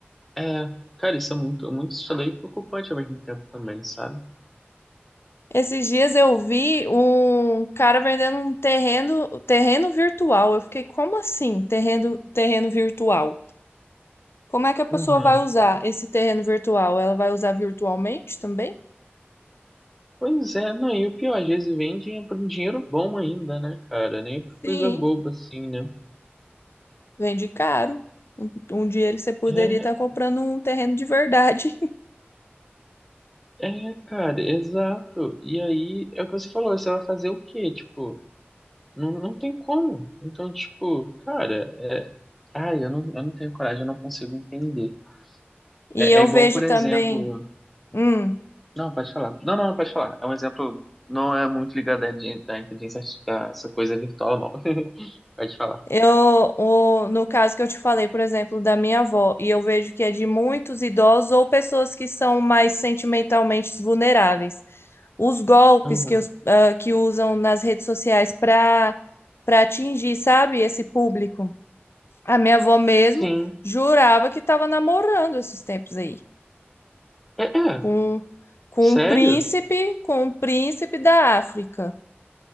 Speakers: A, in the centre; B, on the left (about 75°).
A: É, cara, isso é muito, muito estranho e preocupante ao mesmo tempo também, sabe?
B: Esses dias eu vi um cara vendendo um terreno, terreno virtual. Eu fiquei, como assim, terreno, terreno virtual? Como é que a pessoa
A: Uhum.
B: vai usar esse terreno virtual? Ela vai usar virtualmente também?
A: Pois é, não, e o pior, às vezes vendem é por um dinheiro bom ainda, né, cara? Nem por
B: Sim,
A: coisa boba assim, né?
B: vende caro. Um, um dinheiro que você poderia
A: É,
B: estar comprando um terreno de verdade. <laughs>
A: é, cara, exato. E aí, é o que você falou, você vai fazer o quê? Tipo, não, não tem como. Então, tipo, cara, ai, eu não, eu não tenho coragem, eu não consigo entender.
B: E
A: É,
B: eu
A: é igual,
B: vejo
A: por
B: também.
A: exemplo.
B: hum,
A: Não, pode falar. Não, não, pode falar. É um exemplo, não é muito ligado à, di- à inteligência, arti- a essa coisa virtual, não. Pode falar.
B: Eu, o- no caso que eu te falei, por exemplo, da minha avó, e eu vejo que é de muitos idosos ou pessoas que são mais sentimentalmente vulneráveis. Os golpes
A: Aham.
B: que, os, ah, que usam nas redes sociais para para atingir, sabe, esse público. A minha avó mesmo
A: Sim.
B: jurava que estava namorando esses tempos aí,
A: É, é.
B: com, com
A: Sério?
B: um príncipe, com um príncipe da África.